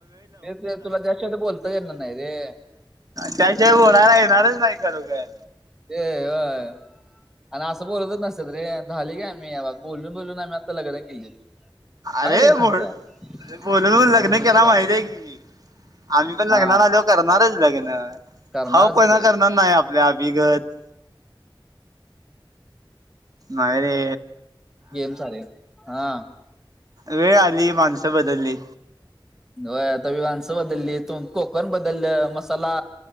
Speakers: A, in the centre; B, on the right.
A: ते तुलां जास्तं बोलतां येणारं नाहीं रे
B: त्यांच्यात होणांरला येणारं चं नाहीं खरोखरं
A: ते होयं आणि असं बोलतं चं नसतं तं रे झाले कां आम्हीं बोलूंन बोलूंन आम्हीं आंता लग्नं केली काय
B: अरे
A: रे संख्या
B: बोलं बोलूंन
A: सलाम
B: लग्नं
A: तू विषय
B: केलां
A: दाखवतो
B: महिती आहे की आम्हीं पणं
A: हा
B: लग्नां आलो करणारं चं लग्नं
A: करणारच
B: हां पणं
A: की
B: करणारं नाहीं अभिगतं नाहीं रे
A: गेम सारे हां
B: वेळं आंली माणसं बदलली
A: हो आंता माणसं बदलली तो कोंकण बदललं मसांला